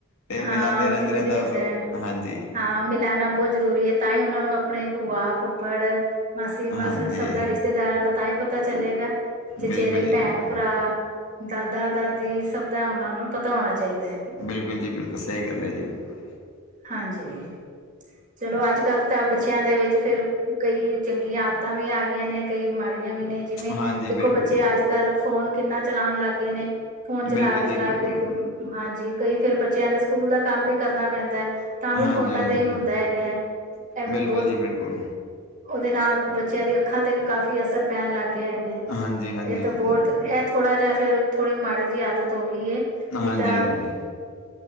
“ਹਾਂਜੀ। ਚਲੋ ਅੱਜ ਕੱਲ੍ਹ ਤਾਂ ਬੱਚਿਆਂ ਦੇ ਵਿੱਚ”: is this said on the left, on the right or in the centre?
Right